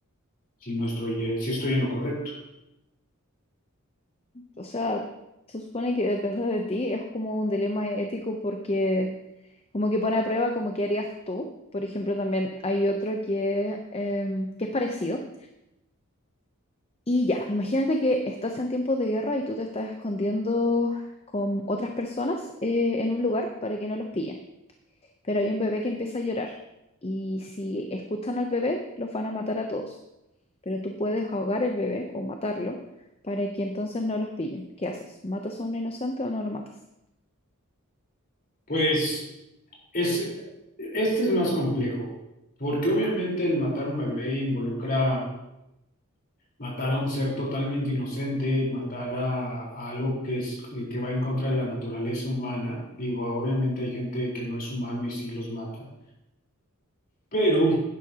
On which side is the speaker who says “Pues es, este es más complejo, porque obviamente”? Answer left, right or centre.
Left